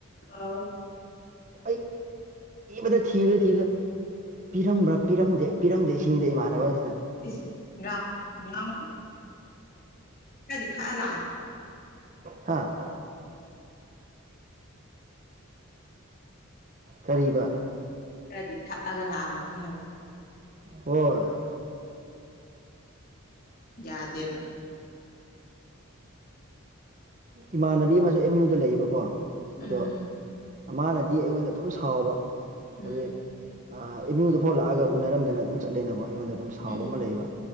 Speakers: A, on the left; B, on the right.
A: ꯑꯥꯎ
B: ꯑꯩ ꯊ ꯊꯕ ꯊꯕ ꯄꯤꯔꯝꯕ꯭ꯔꯥ ꯄꯤꯔꯝꯗꯦ ꯄꯤꯔꯝꯗꯦ ꯁꯤꯅꯤꯗ ꯏꯃꯥꯟꯅꯕꯁꯤꯅ
A: ꯏꯁ‌ ꯉ ꯉꯥꯎꯗꯦ ꯈ꯭ꯔꯗꯤ ꯊꯛꯑꯒ ꯂꯥꯛ ꯑꯝꯃꯅꯤ
B: ꯍꯥꯥ ꯀꯔꯤꯕ
A: ꯈ꯭ꯔꯗꯤ ꯊꯛꯑꯒ ꯂꯥꯛꯑꯝꯃꯅꯤ ꯍꯥꯏꯕ
B: ꯑꯣ
A: ꯌꯥꯗꯦꯕ
B: ꯏꯃꯥꯟꯅꯕꯤ ꯑꯃꯁꯨ ꯑꯦꯝ ꯌꯨꯗ ꯂꯩꯌꯦꯕꯀꯣ
A: ꯎꯝ
B: ꯑꯗꯣ ꯃꯥꯅꯗꯤ ꯑꯩꯉꯣꯟꯗ ꯑꯗꯨꯝ ꯁꯥꯎꯕ
A: ꯎꯝ
B: ꯍꯧꯖꯤꯛ ꯑ ꯃꯤꯗ ꯐꯥꯎ ꯂꯥꯛꯑꯒ ꯎꯅꯔꯝꯗꯅ ꯑꯗꯨꯝ ꯆꯠꯂꯦꯅꯀꯣ ꯑꯩꯉꯣꯟꯗ ꯑꯗꯨꯝ ꯁꯥꯎꯕ
A: ꯎꯝ
B: ꯑꯃ ꯂꯩꯌꯦꯕ